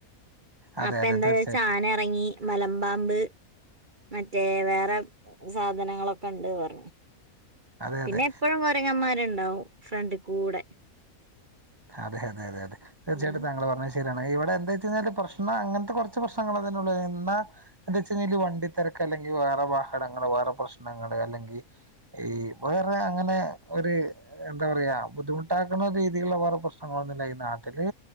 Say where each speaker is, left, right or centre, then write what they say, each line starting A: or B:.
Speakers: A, on the right; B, on the right.
A: അതെ
B: അപ്പൊ
A: അതെ
B: എന്താന്ന്
A: തീർച്ചയായിട്ടും
B: വച്ചാ ആന ഇറങ്ങി മലമ്പാമ്പ് മറ്റേ വേറെ സാധനങ്ങളൊക്കെ ഉണ്ട് പറഞ്ഞ്
A: അതെ
B: പിന്നെ
A: അതെ
B: എപ്പഴും കൊരങ്ങന്മാരുണ്ടാവും ഫ്രണ്ടികൂടെ
A: അതെ അതെ അതെ അതെ തീർച്ചയായിട്ടും
B: ഉം
A: താങ്കൾ പറഞ്ഞെ ശരിയാണ് ഇവിടെ എന്താ വെച്ച് കഴിഞ്ഞാല് പ്രശ്നം അങ്ങനത്തെ കുറച്ച് പ്രശ്നങ്ങൾ അതിനെയുള്ള് എന്നാ എന്താ വെച്ച് കഴിഞ്ഞാൽ വണ്ടി തിരക്ക് അല്ലെങ്കിൽ വേറെ വാഹനങ്ങള് വേറെ പ്രശ്നങ്ങള് അല്ലെങ്കി ഈ വേറെ അങ്ങനെ ഒരു എന്താ പറയാ ബുദ്ധിമുട്ടാക്കണ രീതിയിലുള്ള വർ പ്രശ്നങ്ങളൊന്നുമില്ല ഈ നാട്ടില്